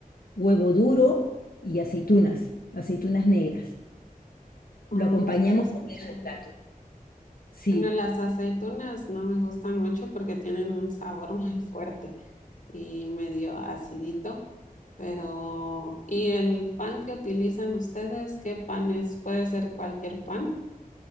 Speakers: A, on the left; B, on the left.
A: huevo duro y aceitunas, aceitunas negras.
B: Oh,
A: Lo acompañamos
B: sí se escucha
A: con eso el
B: rico.
A: plato. Sí.
B: Bueno, las aceitunas no me gustan mucho porque tienen un sabor <laughs> muy fuerte y medio acidito, pero ¿y el pan que utilizan ustedes? ¿Qué pan es? ¿Puede ser cualquier pan?